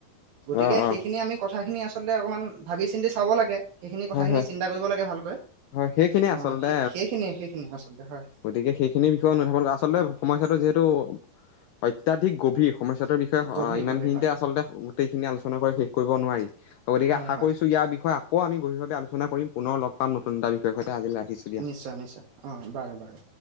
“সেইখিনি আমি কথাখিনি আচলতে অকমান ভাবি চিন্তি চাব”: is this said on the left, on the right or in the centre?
Right